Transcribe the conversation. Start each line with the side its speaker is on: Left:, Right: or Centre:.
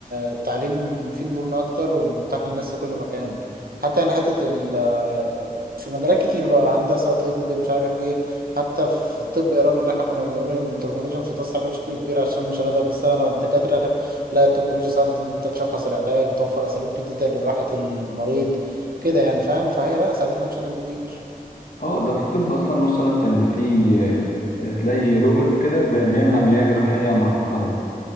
Right: التعليم فيه مرونة أكتر ومتاح للناس في كل مكان حتى يعني حتة ال آه، في مجالات كتير بقى هندسة طب مش عارف إيه حتى في الطب يا راجل اللي إحنا كنا بنقول إن التكنولوجيا مش هتأثر عليه بشكل كبير عشان مش هنقدر نستغنى عن الدكاترة لا التكنولوجيا ساعدت إن أنت تشخص العلاج وتوفر أساليب جديدة لراحة المريض كده يعني فاهم فهي لا ساعدتنا بشكل كبير
Left: اه ده في الطب اصلا وصلت ان في آه، تلاقي روبوت كده بي- بيعمل عمليه جراحيه معقده